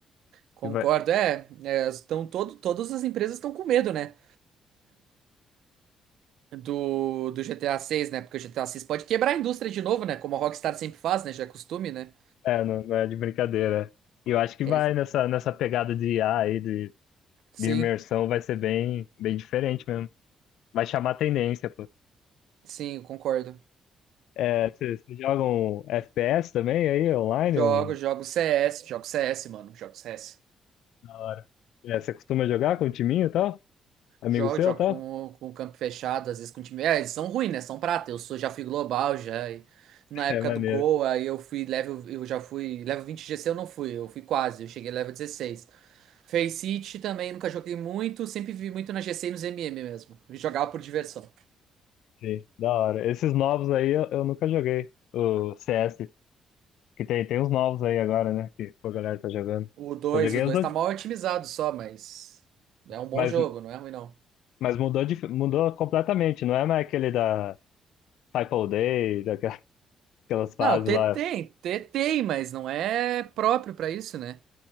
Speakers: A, on the right; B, on the left.
A: Concordo,
B: Que vai,
A: é, é, estão todo, todas as empresas estão com medo, né? do, do GTA 6, né? Porque o GTA 6 pode quebrar a indústria de novo, né? Como a Rockstar sempre faz, né? Já é costume, né?
B: é, não, não é de brincadeira. E eu acho que
A: Eles...
B: vai nessa, nessa pegada de IA aí, de
A: Sim,
B: imersão vai ser bem, bem diferente mesmo. Vai chamar tendência, pô.
A: sim, eu concordo.
B: É, vocês vocês jogam FPS também aí, online?
A: Jogo,
B: Um...
A: jogo CS, jogo CS, mano, jogo CS.
B: Da hora. É, você costuma jogar com o timinho e tal? Amigo
A: Jogo,
B: seu
A: jogo
B: e tal?
A: com, com o campo fechado, às vezes com o time. É, eles são ruins, né? São prata. Eu sou, já fui global, já. e na
B: <laughs>
A: época
B: É maneiro,
A: do Gol, aí eu fui level, eu já fui. Level 20 GC eu não fui, eu fui quase, eu cheguei level 16. Face City também nunca joguei muito, sempre vi muito na GC e nos MM mesmo. Jogava por diversão.
B: sim, da hora. Esses novos aí eu, eu nunca joguei. O CS, que tem, tem uns novos aí agora, né? Que a galera tá jogando.
A: O dois
B: Só joguei
A: o dois
B: os dois.
A: tá mal otimizado só, mas é um bom
B: Mas,
A: jogo, não é ruim não.
B: mas mudou, de, mudou completamente, não é mais aquele da Type All Day, daquelas <laughs> fases
A: Não, o T
B: lá,
A: tem, T tem, mas não é próprio pra isso, né?